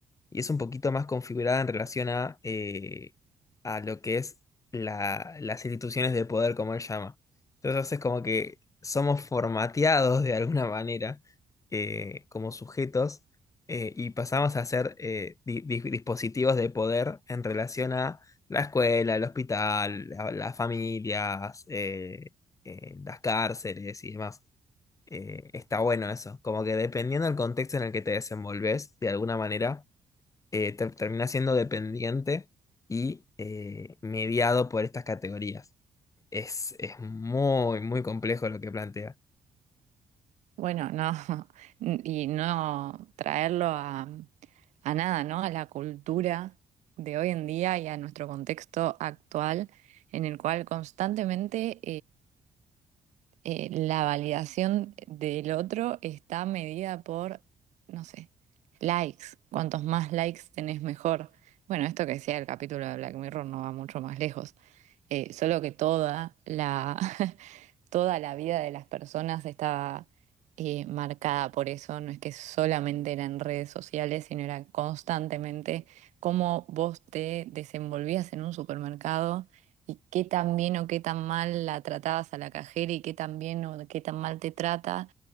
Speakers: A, on the left; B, on the right.
A: y es un poquito más configurada en relación a, eh, a lo que es la- las instituciones de poder, como él llama. Entonces es como que somos formateados de alguna manera eh, como sujetos eh, y pasamos a ser eh, di- di- dispositivos de poder en relación a la escuela, el hospital, la- las familias, eh, eh, las cárceles y demás. Eh, está bueno eso, como que dependiendo del contexto en el que te desenvolves, de alguna manera eh, ter- termina siendo dependiente y eh, mediado por estas categorías. Es, es muy, muy complejo lo que plantea.
B: Bueno, no, <laughs> y no traerlo a, a nada, ¿no? A la cultura de hoy en día y a nuestro contexto actual, en el cual constantemente eh, la validación del otro está medida por, no sé, likes. Cuantos más likes tenés, mejor. Bueno, esto que decía el capítulo de Black Mirror no va mucho más lejos. Eh, solo que toda la, <laughs> toda la vida de las personas está eh, marcada por eso, no es que solamente era en redes sociales, sino era constantemente cómo vos te desenvolvías en un supermercado y qué tan bien o qué tan mal la tratabas a la cajera y qué tan bien o qué tan mal te trata,